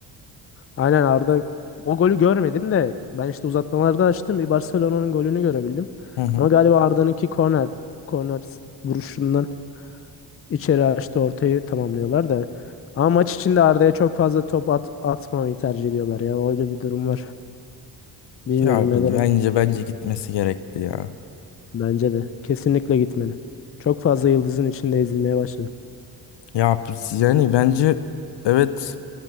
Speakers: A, on the left; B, on the left.
A: Aynen Arda o golü görmedim de ben işte uzatmalarda açtım. Bir Barcelona'nın golünü görebildim.
B: Hı hı.
A: Ama galiba Arda'nınki korner korner vuruşundan içeri açtı ortayı tamamlıyorlar da. Ama maç içinde Arda'ya çok fazla top at, atmamayı tercih ediyorlar ya. Öyle bir durum var. Bilmiyorum
B: Ya
A: neden
B: bence
A: ama
B: bence gitmesi gerekti ya.
A: bence de kesinlikle gitmeli. Çok fazla yıldızın içinde ezilmeye başladı.
B: Ya biz- yani bence evet